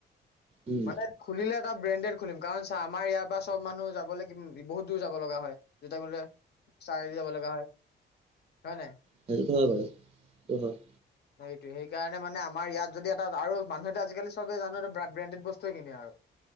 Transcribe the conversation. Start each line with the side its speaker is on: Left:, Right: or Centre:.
Right: উম
Left: মানে খুলিলে এটা। ব্ৰেডেড খুলিম, কাৰণ চা আমাৰ ইয়াৰ পা চব মানুহ যাবলে বহুত দূৰ যাব লগা হয়, জোতা কিনিবলে। চাইৰি যাব লগা হয়। হয় নাই
Right: সেইটো বাৰু, সেইটো হয়।
Left: সেইটোয়ে, সেইকাৰণে মানে আমাৰ এইয়া যদি এটা আৰু মানুহেতো আজিকালি চবে জানে ব্লাড ব্ৰেণ্ডেড। বস্তুয়ে কিনে আৰু